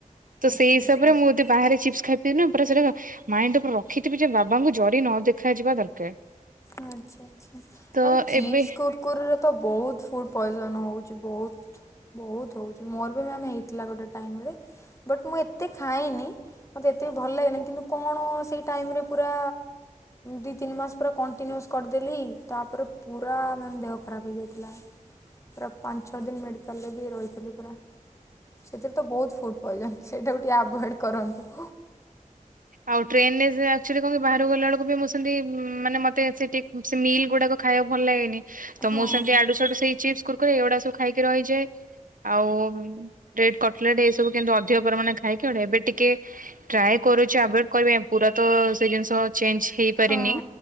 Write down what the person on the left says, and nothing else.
ଆଚ୍ଛା
ଆଚ୍ଛା।
ଆଚ୍ଛା ଆଚ୍ଛା ମ୍ୟାମ୍
ଚିପ୍ସ
କୁର୍ କୁରିର ତ ବୋହୁତ ଫୁଡ ପଏଜନ ହୋଉଚି ବୋହୁତ। ବୋହୁତ ହୋଉଚି ମୋର ବି ମ୍ୟାମ୍ ହେଇଥିଲା ଗୋଟେ ଟାଇମରେ ବଟ ମୁଁ ଏତେ ଖାଏନି। ମତେ ଏତେ ବି ଭଲ ଲାଗେନି କିନ୍ତୁ କଣ ସେଇ ଟାଇମରେ ପୁରା ଦି ତିନି ମାସ୍ ପୁରା କଣ୍ଟିନ୍ୟୁସ୍ କରଦେଲି ତାପରେ ପୁରା ମ୍ୟାମ୍ ଦେହ ଖରାପ ହେଇଯାଇଥିଲା। ପୁରା ପାଞ୍ଚ ଛଅ ଦିନ ମେଡିକାଲରେ ବି ରହିଥିଲି ପୁର। ସେଥିରେ ତ ବୋହୁତ ଫୁଡ ପଏଜନ୍ ସେଇଟାକୁ ଟିକେ ଆଭୁଏଡ କରନ୍ତୁ।
ହଁ।
ହଁ